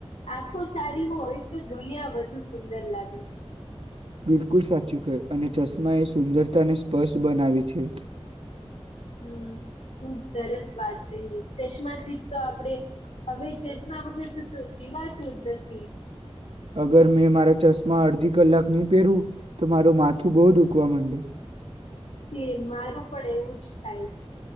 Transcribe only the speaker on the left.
આખો સારી હોય તો દુનિયા વધુ સુંદર લાગે.
હમ ખુબ સરસ વાત કહી ચશ્માથી જ તો આપણેે હવે ચશ્મા વગર તો તો જીવાતું જ નથી.
સેમ મારું પણ એવું જ થાય